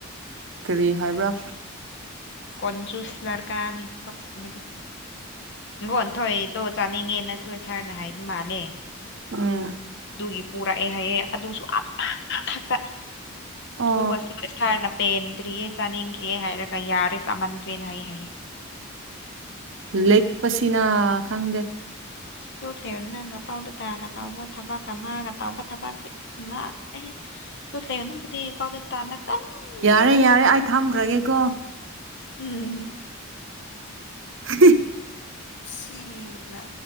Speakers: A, on the right; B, on the left.
A: ꯀꯔꯤ ꯍꯥꯏꯕ꯭ꯔꯥ
B: ꯀꯣꯟꯆꯨꯁ ꯂꯔꯀꯥꯅꯤ ꯐꯗꯤ <unintelligible> ꯒꯣꯟꯊꯣꯏꯗꯣ ꯆꯥꯅꯤꯡꯉꯦꯅꯁꯨ ꯁꯥꯔꯅ ꯍꯥꯏꯕ ꯃꯥꯜꯂꯦ
A: ꯎꯝ
B: ꯑꯗꯨꯒꯤ ꯄꯨꯔꯛꯑꯦ ꯍꯥꯏꯌꯦ ꯑꯗꯨꯁꯨ ꯑꯃ ꯈꯛꯇ
A: ꯑꯣ
B: ꯑꯗꯨꯒ ꯁꯥꯔꯅ ꯄꯦꯟꯗ꯭ꯔꯤꯌꯦ ꯆꯥꯅꯤꯡꯈꯤꯌꯦ ꯍꯥꯏꯔꯒ ꯌꯥꯔꯦ ꯆꯥꯃꯟꯈ꯭ꯔꯦꯅ ꯍꯥꯏ ꯍꯥꯏꯌꯦ
A: ꯂꯦꯛꯄꯁꯤꯅ ꯈꯪꯗꯦ
B: ꯂꯣꯇꯦ ꯅꯪꯒ ꯄꯥꯎꯗ ꯇꯥꯒ ꯇꯥꯎꯕ ꯊꯕꯛꯀ ꯃꯥꯒ ꯇꯥꯎꯕ ꯊꯕꯛꯇꯤ ꯉꯥ ꯑꯦ ꯂꯣꯇꯦ ꯅꯪꯕꯨꯇꯤ ꯄꯥꯎꯗ ꯇꯥꯟꯅ ꯆꯟꯅꯤꯡꯕ
A: ꯌꯥꯔꯦ ꯌꯥꯔꯦ ꯑꯩ ꯊꯝꯈ꯭ꯔꯒꯦꯀꯣ
B: ꯎꯝ
A: <unintelligible>
B: ꯁꯤ ꯅꯥ